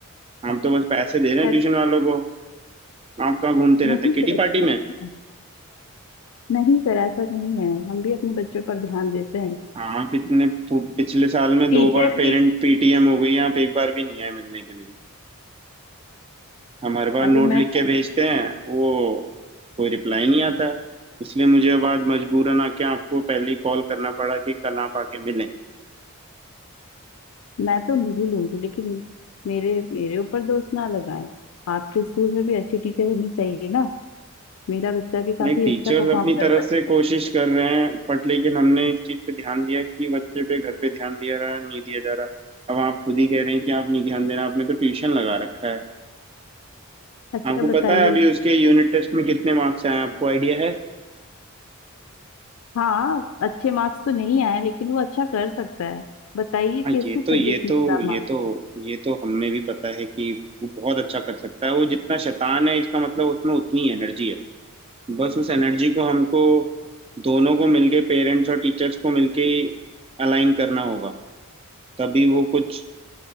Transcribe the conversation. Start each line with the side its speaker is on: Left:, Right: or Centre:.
Right: हम तो बस पैसे दे रहे हैं
Left: अरे,
Right: ट्यूशन वालों को आप कहाँ घूमते
Left: नहीं
Right: रहते हैं
Left: सर
Right: किटी
Left: ऐसा
Right: पार्टी
Left: नहीं
Right: में
Left: है नहीं सर ऐसा नहीं है हम भी अपने बच्चों पर ध्यान देते हैं
Right: आप इतने पु- पिछले साल में
Left: टीचर
Right: दो बार
Left: भी
Right: पेरेंट पीटीएम हो गई आप एक बार भी नहीं आए मिलने के लिए हम हर बार
Left: अरे
Right: नोट
Left: मैं
Right: लिख के भेजते हैं वो कोई रिप्लाई नहीं आता है इसलिए मुझे अब आज मजबूरन आके आपको पहले ही कॉल करना पड़ा कि कल आप आके मिलें
Left: मैं तो नहीं लूंगी लेकिन मेरे मेरे ऊपर दोष ना लगाएं आपके स्कूल में भी अच्छी टीचर होनी चाहिए ना मेरा बच्चा भी काफी
Right: नहीं टीचर्स
Left: अच्छा परफॉर्म
Right: अपनी
Left: कर
Right: तरफ
Left: सकता
Right: से कोशिश
Left: है
Right: कर रहे हैं बट लेकिन हमने इस चीज़ पे ध्यान दिया कि बच्चे पे घर पे ध्यान दिया रहा नहीं दिया जा रहा अब आप खुद ही कह रहे हैं कि आप नहीं ध्यान दे रहे आपने तो ट्यूशन लगा रखा है
Left: अच्छा
Right: आपको पता
Left: बताइए
Right: है अभी उसके यूनिट टेस्ट में कितने मार्क्स आए हैं आपको आइडिया है
Left: हाँ अच्छे मार्क्स तो नहीं आए लेकिन वो अच्छा कर सकता है बताइए
Right: हाँ
Left: किस
Right: ये
Left: किस
Right: तो
Left: सब्जेक्ट
Right: ये तो
Left: में खराब
Right: ये
Left: मार्क्स
Right: तो
Left: आए
Right: ये तो हमें भी पता है कि वो बहुत अच्छा कर सकता है वो जितना शैतान है इसका मतलब उसमें उतनी एनर्जी है बस उस एनर्जी को हमको दोनों को मिलके पेरेंट्स और टीचर्स को मिलके ही अलाइन करना होगा तभी वो कुछ